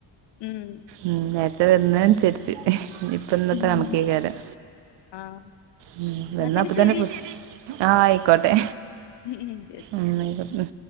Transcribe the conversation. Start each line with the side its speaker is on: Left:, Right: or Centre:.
Left: ഉം
Right: ഉം നേര്ത്തെ വെരുന്നേനൻസര്ച്ച് ഞ്ഞിപ്പന്നത്തെ
Left: ഉം
Right: കണക്കേക്കാരം.
Left: ആഹ്
Right: ഉം
Left: എന്നാ
Right: വന്നാ
Left: പിന്നെ
Right: അപ്പ
Left: ശരി
Right: തന്നെ കു ആഹ് ഐക്കോട്ടെ
Left: ഉം ഉം ശരി ശരി
Right: ആഹ് ഐക്കോട്ടേ